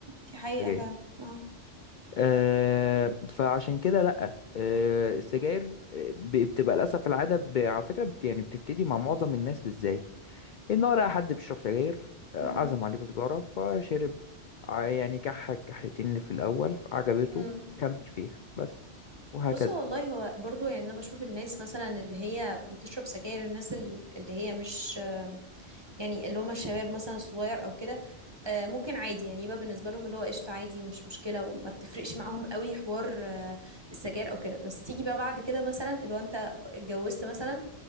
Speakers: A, on the right; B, on the left.
A: دي حقيقة
B: سجاير
A: فعلا اه
B: آه، فعشان كده لأ آه، السجاير آه، ب- بتبقى للأسف العادة ب- على فكرة بت يعني بتبتدي مع معظم الناس إزاي إن هو لقى حد بيشرب سجاير آه،
A: امم
B: عزم عليه بسجارة فشرب ع- يعني كح كحيتين اللي في الأول عجبته
A: امم
B: كمل فيها بس وهكذا
A: بصوا والله هو برضو يعني انا بشوف الناس مثلا اللي هي بتشرب سجاير الناس ال- اللي هي مش آم، يعني اللي هم الشباب مثلا الصغير او كده آه، ممكن عادي يعني يبقى بالنسبه لهم اللي هو قشطه عادي مش مشكله وما بتفرقش معاهم قوي حوار آه، السجاير او كده بس تيجي بقى بعد كده مثلا اللي هو انت اتجوزت مثلا